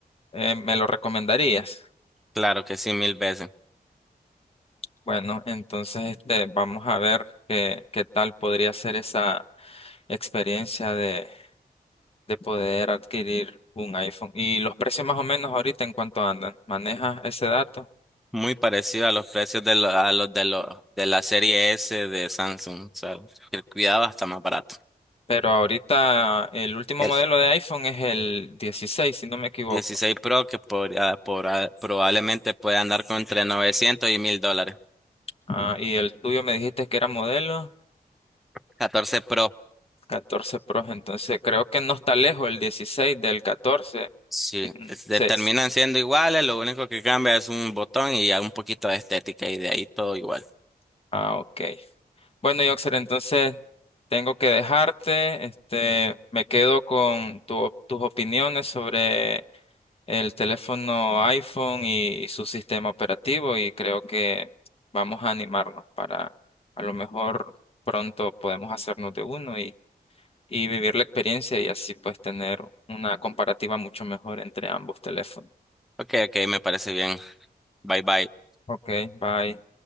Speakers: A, on the left; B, in the centre.
A: Eh, ¿me lo recomendarías?
B: Claro que sí, mil veces.
A: Bueno, entonces este, vamos a ver qué, qué tal podría ser esa experiencia de, de poder adquirir un iPhone. Y los precios más o menos ahorita en cuánto andan. ¿Manejas ese dato?
B: Muy parecido a los precios de lo- a los de los de la serie S de Samsung. O sea, el cuidado está más barato.
A: Pero ahorita el último
B: El-
A: modelo de iPhone es el 16, si no me equivoco.
B: dieciséis Pro que podría- podrá- probablemente puede andar con entre 900 y 1000 dólares.
A: Ah, y el tuyo me dijiste que era modelo
B: catorce Pro,
A: 14 Pro, entonces creo que no está lejos el 16 del 14.
B: sí,
A: Ujú.
B: es de-
A: Sí.
B: terminan
A: sí.
B: siendo iguales, lo único que cambia es un botón y ya un poquito de estética y de ahí todo igual.
A: Ah, ok. Bueno, Yoxer, entonces tengo que dejarte. Este, me quedo con tu- tus opiniones sobre el teléfono iPhone y su sistema operativo y creo que vamos a animarnos para a lo mejor pronto podemos hacernos de uno y, y vivir la experiencia y así pues tener una comparativa mucho mejor entre ambos teléfonos.
B: Ok, ok, me parece bien. Bye bye.
A: Ok, bye.